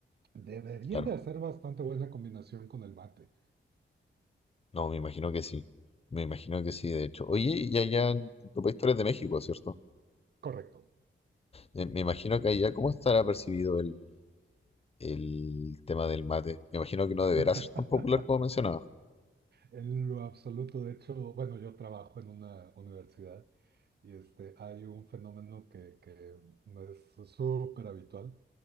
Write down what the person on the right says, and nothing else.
debería
de hacer bastante buena combinación con el mate.
Correcto.
<laughs>
En lo absoluto, de hecho, bueno, yo trabajo en una universidad y este, hay un fenómeno que, que no es súper habitual,